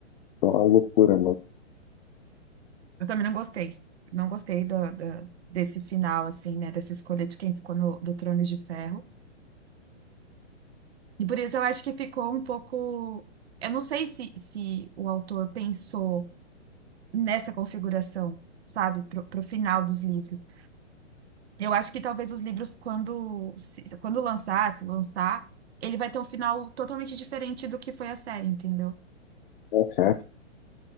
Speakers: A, on the left (about 45°); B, on the right (about 60°).
A: é uma loucura, mano.
B: Eu também não gostei. Não gostei da da- desse final, assim, né, dessa escolha de quem ficou no, do Trono de Ferro. E por isso eu acho que ficou um pouco. Eu não sei se, se o autor pensou nessa configuração, sabe, pro, pro final dos livros. Eu acho que talvez os livros, quando, se- quando lançar, se lançar, ele vai ter um final totalmente diferente do que foi a série, entendeu?
A: O que Você acha?